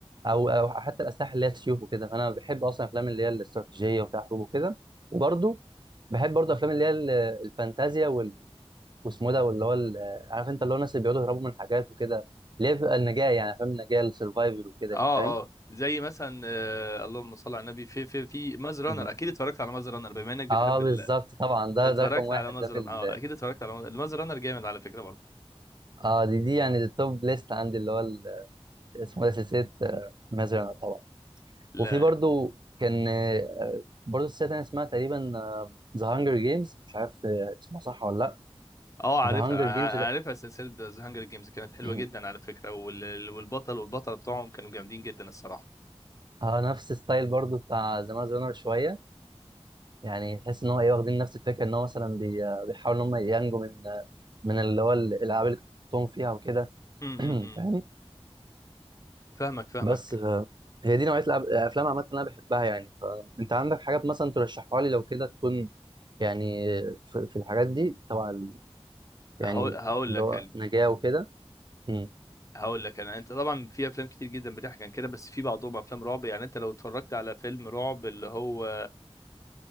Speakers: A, on the right; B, on the left.
A: او او حتى الاسلحه اللي هي سيوف وكده انا بحب اصلا الافلام اللي هي الاستراتيجيه وفيها حروب وكده وبرضه بحب برضه افلام اللي هي ال- الفانتازيا وال... واسمه ده واللي هو ال- عارف انت اللي هو الناس اللي بيقعدوا يهربوا من حاجات وكده اللي هي بيبقى النجاة يعني افلام النجاة السرفايفل وكده
B: اه
A: يعني فاهم
B: اه زي مثلا آه اللهم صل على النبي في في في ماز رانر
A: مهم.
B: اكيد اتفرجت على ماز رانر بما انك بتحب
A: اه
B: ال...
A: بالظبط
B: آه،
A: طبعا ده
B: اتفرجت
A: ده رقم واحد
B: على ماز
A: ده في
B: رانر
A: ال...
B: اه اكيد اتفرجت على ماز ماز رانر جامد على فكره برضه
A: اه دي دي يعني التوب ليست عندي اللي هو ال... اسمه ده سلسلة مازرعة طبعا
B: لا
A: وفي برضه كان آه، برضه سلسلة تانية اسمها تقريبا ذا هانجر جيمز مش عارف آه، اسمها صح ولا لا
B: اه عارفها
A: ذا هانجر
B: ع-
A: جيمز ده
B: عارفها سلسله ذا هانجر جيمز كانت حلوه
A: <clears throat>
B: جدا على فكره وال... والبطل والبطله بتوعهم كانوا جامدين جدا الصراحه
A: اه نفس ستايل برضه بتاع ذا مازرعة شوية يعني تحس ان هو ايه واخدين نفس الفكره ان هو مثلا بي- بيحاولوا ان هم ينجوا من من اللي هو الالعاب اللي كانوا بيحطوهم فيها وكده
B: امم
A: <clears throat> فاهم
B: فاهمك
A: <clears throat>
B: فاهمك
A: بس ف... هي دي نوعيه الألعاب- الافلام عامه اللي انا بحبها يعني فانت عندك حاجات مثلا ترشحها لي لو كده تكون يعني في, في الحاجات دي طبعا ال- يعني
B: هقول هقول
A: اللي
B: لك
A: هو
B: ال-
A: نجاه وكده مم.
B: هقول لك انا انت طبعا في افلام كتير جدا بتحكي عن كده بس في بعضهم افلام رعب يعني انت لو اتفرجت على فيلم رعب اللي هو